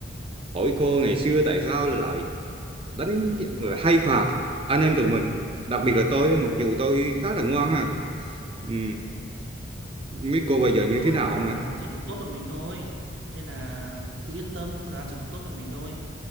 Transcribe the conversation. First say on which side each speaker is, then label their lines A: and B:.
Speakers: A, on the right; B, on the right.
A: hỏi cô ngày xưa tại sao lại đánh rồi hay phạt anh em tụi mình đặc biệt là tôi mặc dù tôi khá là ngoan à ừ. không biết cô bây giờ như
B: Tôi
A: thế nào
B: chỉ cô
A: nữa
B: giáo chỉ muốn tốt cho mình thôi. Nên là cứ yên tâm, cô giáo chỉ muốn tốt cho mình thôi.